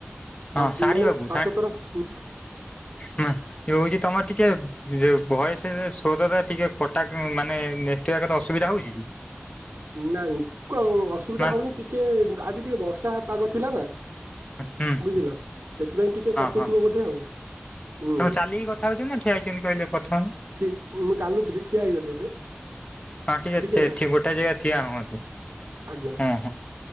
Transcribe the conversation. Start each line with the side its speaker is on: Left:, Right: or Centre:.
Left: ହଁ
Right: ପାଁ
Left: ସାଣି
Right: ମାନେ
Left: ବାବୁ
Right: ପାଞ୍ଚ ଥର ଉଁ
Left: ମା ଯୋଉ ହୋଉଚି ତମର ଟିକେ ଯୋଉ ଭଏସ୍ ରେ ସୋରରା ଟିକେ କଟା ମାନେ ନେଟୱାର୍କର ଅସୁବିଧା ହଉଚି କି?
Right: ନାଇଁ କ ଅସୁବିଧା
Left: ହଁ
Right: ହଉନି ଟିକେ ଆଜି ଟିକେ ବର୍ଷା ପାଗ ଥିଲା ନାଁ
Left: ହଁ
Right: ବୁଝିଲ ସେଥିପାଇଁ ଟିକେ କଟୁଥିବ
Left: ହଁ
Right: ବୋଧେ ଆଉ। ଉଁ
Left: ତମେ ଚାଲିକି କଥା ହଉଛନ୍ତି ନା ଠିଆ ହେଇଛନ୍ତି କହିଲେ ପ୍ରଥମ
Right: ଠିକ୍ ମୁଁ ଚାଲୁଥିଲି ଠିଆ ହେଇଗଲି ଏବେ।
Left: ହଁ ଟିକେ
Right: ଠିକ
Left: ଚେ
Right: ହେଲା
Left: ଥିମୁଟା ଜେଗା ଠିଆ ହୁଅନ୍ତୁ।
Right: ଆଜ୍ଞା
Left: ହଁ ହଁ